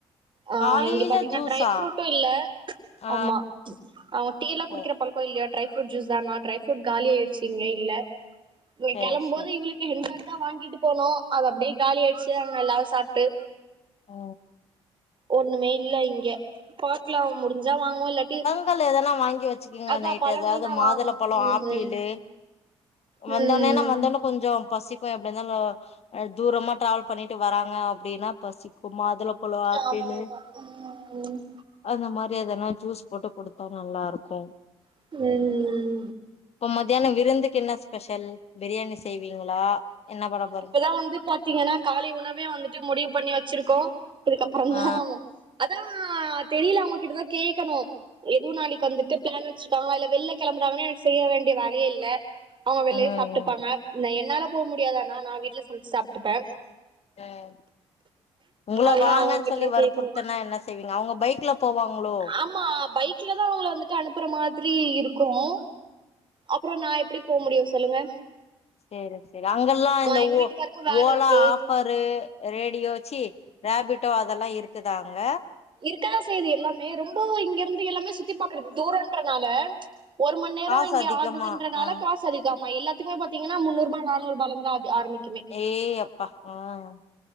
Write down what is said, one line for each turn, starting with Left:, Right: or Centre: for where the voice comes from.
Right: ஆ
Left: காலையில
Right: இங்க பாத்தீங்கன்னா
Left: ஜூஸா
Right: ட்ரை ஃப்ரூட்டு இல்ல
Left: ஆ
Right: ஆமா அவ டீ எல்லா குடிக்கிற
Left: ஓ
Right: பழக்கோ இல்லியா ட்ரை ஃப்ரூட் ஜூஸ் தானா ட்ரை ஃப்ரூட் காலி ஆய்டுச்சி இங்க இல்ல இங்க
Left: சேரி
Right: கெளம்பும்போது
Left: சேரி
Right: இவளுக்கு <unintelligible> தா வாங்கிட்டு போனு அது அப்டே காலி ஆய்டுச்சி அங்க எல்லாரு சாப்ட்டு
Left: ஆ
Right: ஒண்ணுமே இல்ல இங்க பாக்லா முடிஞ்சா வாங்குவோ இல்லாட்டி
Left: பொங்கல் எதனா வாங்கி வெச்சுக்கோங்க
Right: அதான்
Left: நைட்டு
Right: பழங்கள்
Left: ஏதாவது
Right: தான்
Left: மாதுளம்பழோ
Right: வாங்கணும்
Left: ஆப்பிளு
Right: ம்
Left: வந்தோனே
Right: ம்
Left: என்னா வந்தொன்னே கொஞ்சொம் பசிக்கு எப்பிடி இருந்தாலு அ தூரமா டிராவல் பண்ணிட்டு வறாங்க அப்பிடின்னா பசிக்கு மாதுளம் பழொம் ஆப்பிளு
Right: ஆமா ஆமா ம்
Left: அந்த மாரி எதுனா ஜுஸ் போட்டு குடுத்தா நல்லா இருக்கு
Right: ம் ம்
Left: இப்ப மத்தியானம் விருந்துக்கு என்ன ஸ்பெஷல் பிரியாணி செய்வீங்களா என்ன பண்ணப் போறீங்
Right: அதா வந்து பாத்தீங்கன்னா காலை உணவே வந்துட்டு முடிவு பண்ணி வச்சிருக்கோ இதுக்கப்புறந்தா
Left: ஆ
Right: அதா தெரியில அவுங்ககிட்ட தா கேக்கணு எதுவு நாளைக்கு வந்துட்டு ப்ளான் வெச்சிருக்காங்க இல்ல வெளில கெளம்புறாங்கன்னா எனக்கு செய்ய வேண்டிய வேலையே இல்லே அவங்க வெளியே
Left: ம்
Right: சாப்பிட்டுப்பாங்க என்னால போக முடியாது ஆனா நா வீட் ட்டுல போய் சாப்ட்டுப்பே
Left: ம் உங்கள
Right: அதுதா
Left: வாங்கன்னு
Right: அவங்க கிட்டதா
Left: சொல்லி வற்புறுத்துனா
Right: கேக்கணு
Left: என்ன செய்வீங்க அவங்க பைக்ல போவாங்களோ
Right: ஆமா பைக்ல தா அவுங்கள வந்துட்டு அனுப்புற மாதிரி இருக்கும் அப்புறோ நா எப்பிடிப் போ முடியு சொல்லுங்க
Left: சேரி சேரி அங்கெல்லா இந்த
Right: ஆ எங்க
Left: ஓ
Right: வீட்டுக்காருக்கு வேல
Left: ஓலா
Right: இருக்கு
Left: ஆஃப் ப்பரு ரேடியோச் சீ ராபிட்டோ அதெல்லா இருக்குதாங்க
Right: இருக்க தா செய்யுது எல்லாமே ரொம்பவு இங்க இருந்து எல்லாமே சுத்தி பார்க்குறது தூரொன்றனால ஒரு மண் நேரோ
Left: காசு
Right: இங்கே
Left: அதிகமா
Right: ஆகுதுன்றனால
Left: ஆ
Right: கா சு அதிகமா எல்லாத்துக்குமே பாத்தீங்கன்னா முன்னூறு ரூபா நானூறு ரூபாலருந்து தா அதி ஆரம்பிக்குமே
Left: ஏய் அப்பா ம்